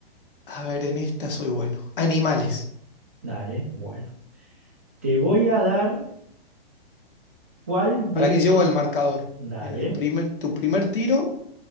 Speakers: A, on the left; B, on the right.
A: a ver, en esta soy bueno. Animales.
B: Dale, bueno. Te voy a dar cuál
A: ¿Para
B: de estos...
A: qué llevo el marcador?
B: Dale,
A: En el primer, tu primer tiro